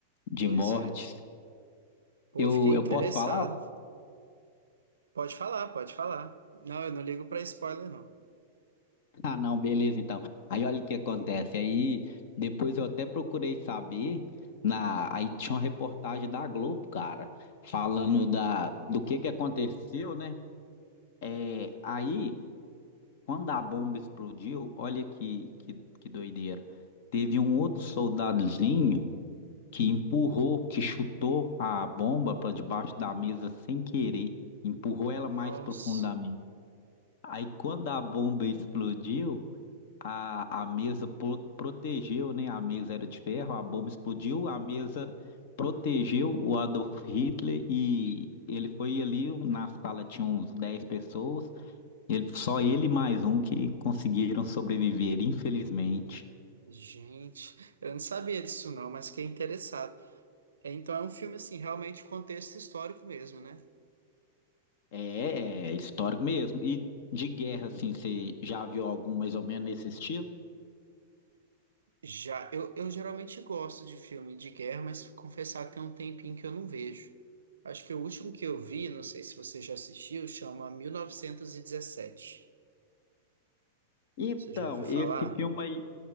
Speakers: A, on the left; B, on the right.
A: de
B: Pois
A: mortes.
B: é. Pô,
A: Eu,
B: eu fiquei interessado.
A: eu posso falar?
B: Pode falar, pode falar. Não, eu não ligo para spoiler, não.
A: Ah, não, beleza, então. Aí olha o que acontece. Aí depois eu até procurei saber na, aí tinha uma reportagem da Globo, cara, falando da do que que aconteceu, né? É, aí quando a bomba explodiu, olha que que, que doideira. Teve um outro soldadozinho que empurrou, que chutou a bomba para debaixo da mesa sem querer, empurrou ela
B: Nossa,
A: mais profundamente. Aí quando a bomba explodiu a, a mesa pro- protegeu, né? A mesa era de ferro, a bomba explodiu, a mesa protegeu o Adolf Hitler e ele foi ali, na sala tinha uns 10 pessoas, ele, só ele e mais um que conseguiram sobreviver, infelizmente.
B: gente, eu não sabia disso não, mas fiquei interessado. É, Então é um filme assim, realmente contexto histórico mesmo, né?
A: É, é é histórico mesmo. E de guerra, assim, você já viu algum mais ou menos nesse estilo?
B: Já, eu, eu geralmente gosto de filme de guerra, mas confessar que tem um tempinho que eu não vejo. Acho que o último que eu vi, não sei se você já assistiu, chama 1917.
A: Então,
B: Você já ouviu falar?
A: esse filme aí,